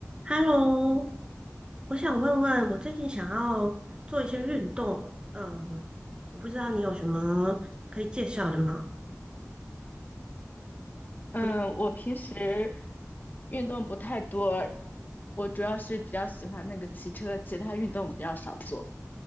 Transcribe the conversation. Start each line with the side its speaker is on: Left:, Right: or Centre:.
Right: Hello，我想问问，我最近想要做一些运动，呃，我不知道你有什么可以介绍的吗？
Left: 嗯，
Right: 我就
Left: 我平时运动不太多，我主要是比较喜欢那个骑车，其他运动比较少做。